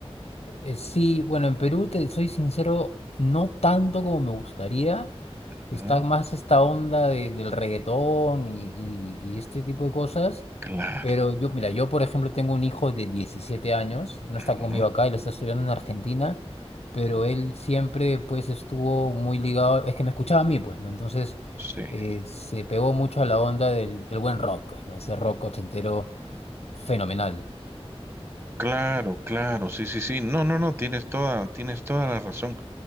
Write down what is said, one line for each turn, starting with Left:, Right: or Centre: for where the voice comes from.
Left: Eh, eh, Sí, bueno, en Perú, te soy sincero, no tanto como me gustaría.
Right: Mm,
Left: Está más esta onda de- del reggaetón y, y- y este tipo de cosas.
Right: Claro,
Left: Pero yo, mira, yo por ejemplo tengo un hijo de 17 años, no está
Right: ujú,
Left: conmigo acá, él está estudiando en Argentina, pero él siempre pues estuvo muy ligado, es que me escuchaba a mí pues, ¿no? Entonces
Right: sí,
Left: eh, se pegó mucho a la onda del, del buen rock, pues, ¿no? Ese rock ochentero fenomenal.
Right: claro, claro, sí, sí, sí. No, no, no, tienes toda, tienes toda la razón.